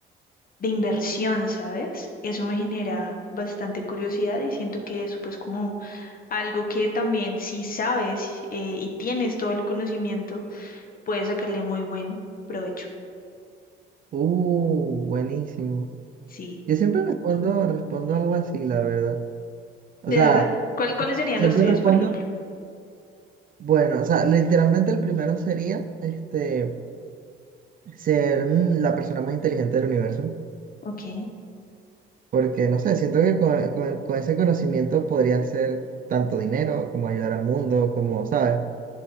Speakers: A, on the left; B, on the right.
A: de inversión, ¿sabes? Eso me genera bastante curiosidad y siento que es pues como algo que también si sabes eh, y tienes todo el conocimiento, puedes sacarle muy buen provecho.
B: Uh, buenísimo.
A: Sí,
B: Yo siempre respondo, respondo algo así, la verdad. O
A: de
B: sea,
A: verdad. ¿Cuál- cuáles serían
B: siempre
A: los tuyos,
B: respondo,
A: por ejemplo?
B: bueno, o sea, literalmente el primero sería, este, ser mm, la persona más inteligente del universo.
A: Ok,
B: Porque, no sé, siento que con, con- con ese conocimiento podría hacer tanto dinero como ayudar al mundo, como, ¿sabes?